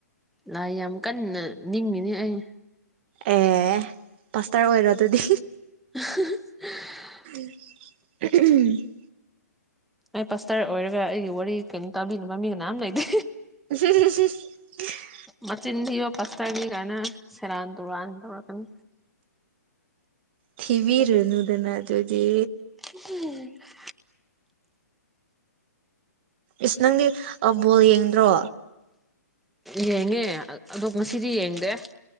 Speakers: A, in the centre; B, on the right.
A: ꯂꯥꯏ ꯌꯥꯝ ꯀꯟꯅ ꯅꯤꯡꯉꯤꯅꯤ ꯑꯩ
B: ꯑꯦ ꯄꯥꯁꯇꯔ ꯑꯣꯏꯔꯣ ꯑꯗꯨꯗꯤ
A: <unintelligible>
B: <unintelligible>
A: ꯑꯩ ꯄꯥꯁꯇꯔ ꯑꯣꯏꯔꯒ ꯑꯩꯒꯤ ꯋꯥꯔꯤ ꯀꯩꯟ ꯇꯥꯕꯤꯅꯕ ꯃꯤ ꯀꯅꯥꯝ ꯂꯩꯇꯦ
B: <unintelligible>
A: ꯃꯆꯤꯟ ꯊꯤꯕ ꯄꯥꯁꯇꯔꯅꯤ ꯒꯥꯏꯟꯅ ꯁꯦꯔꯥꯟ ꯇꯨꯔꯥꯟ ꯇꯧꯔꯛꯀꯅꯤ
B: ꯊꯤꯚꯤꯔꯨꯅꯨꯗꯅ ꯑꯗꯨꯗꯤ
A: <unintelligible>
B: ꯏꯁ ꯅꯪꯗꯤ ꯑ ꯕꯣꯜ ꯌꯦꯡꯗ꯭ꯔꯣ
A: ꯌꯦꯡꯉꯦ ꯑꯠ ꯑꯗꯣ ꯉꯁꯤꯗꯤ ꯌꯦꯡꯗꯦ